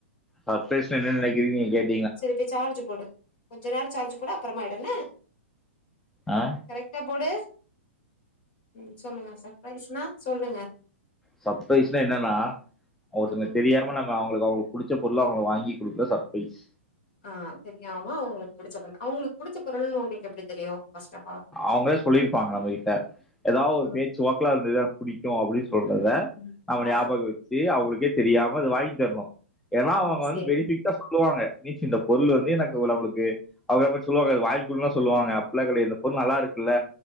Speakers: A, in the centre; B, on the left (about 50°).
A: சர்ப்ரைஸ்னா என்ன நெனைக்கிறீங்கன் நீங்க கேட்
B: சரி போய் சார்ஜ் போடு கொஞ்ச நேரோ சார்ஜ் போடு அப்பறமா எடு என்ன
A: ஆ
B: கரெக்ட்டா போடு ம் சொல்லுங்க சர்பரைஸ்னா சொல்லுங்க
A: சர்ப்ரைஸ்ன்னா என்னன்னா ஒருத்தவங்க
B: ம்
A: தெரியாம நம் அவங்களுக்கு அவங்களுக்கு புடிச்ச பொருள அவங்களுக்கு வாங்கி குடுக்கறது சர்பரைஸ்
B: ஆ சரி ஆமா அவங்களுக்கு புடிச்ச பொருள் அவங்களுக்கு புடிச்ச பொருள்னு உங்களுக்கு எப்டி தெரியும் ஃபர்ஸ்ட்டா
A: அவங்களே சொல்லிருப்பாங்க நம்மகிட்ட ஏதாவு ஒரு
B: ம்
A: பேச்சு வாக்கள அதுல இத புடிக்கும் அப்டின்னு சொல்றத
B: ம்
A: நாம
B: ஆ
A: ஞாபகம் வச் ச்சு அவங்களுக்கே தெரியாம அது வாங்கி தரணும் ஏன்னா
B: ம்
A: அவங்க
B: சேரி
A: வந்து பெனிபிட் கிட்ட சொல்லுவாங்க நீச்சி இந்த பொருள் வந்து எனக்கு அவங்களுக்கு அவங்க நம்மட்ட சொல்லுவாங்க அது வாங்கிக்குடுன்ல்லா சொல்லுவாங்க அப்பல்லா கெடையாது இந்த பொருள் நல்லா இருக்குல்ல